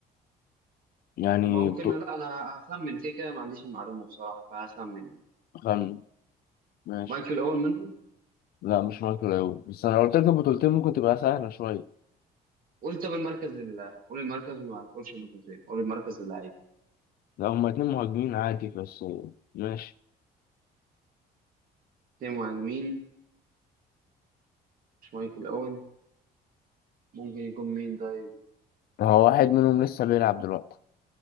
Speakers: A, on the left; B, on the right.
A: يعني
B: ممكن
A: بطو...
B: لا انا هخمن كده كده ما عنديش المعلومة بصراحة فهخمن يعني
A: خم... ماشي
B: مايكل اول منهم
A: لا مش مايكل اوي بس انا لو قلت لك البطولتين ممكن تبقى سهلة شوية
B: قول طب المركز ال... قول المركز وما تقولش اللوكوموتيف قول المركز اللعيب
A: لا هما اتنين مهاجمين عادي بس ماشي
B: اتنين مهاجمين مش مايكل اوين ممكن يكون مين طيب
A: هو واحد منهم لسه بيلعب دلوقتي